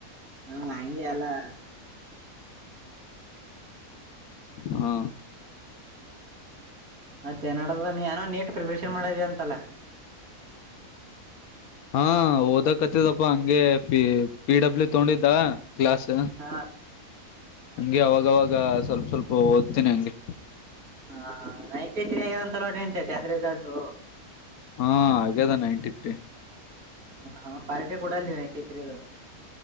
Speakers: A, on the right; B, on the left.
A: ಹು ಹಂಗೆ ಅಲ್ಲಾ.
B: ಹಾ
A: ಮತ್ತೆ ಏನ್ ನಡದದ ಏನೋ ನೀಟ್ ಪ್ರಿಪರೇಷನ್ ಮಾಡಿದಿ ಅಂತಲ್ಲ.
B: ಹಾ ಓದಕತ್ತಿದಪ್ಪಾ ಹಂಗೆ ಪಿ ಪಿ ಡಬ್ಲ್ಯೂ ತಗೊಂಡಿದ್ದಾ ಕ್ಲಾಸ.
A: ಹ
B: ಹಂಗೆ ಅವಾಗ ಅವಾಗ ಸ್ವಲ್ಪ ಸ್ವಲ್ಪ ಓದ್ತೇನಿ ಹಂಗೆ.
A: ಹ ಹ ನೈಂಟಿ ತ್ರಿ ಆಗಿದೆ ಅಂತಲ್ಲೋ ನಿಂದ ಟೆಂತ್ ರಿಸಲ್ಟು.
B: ಹು ಆಗೇದ ನೈನ್ಟಿ ತ್ರಿ.
A: ಹ ಹ ಪಾರ್ಟಿ ಕೂಡಲ್ಲೆ ನೈಟಿ ತ್ರೀ ಅದು.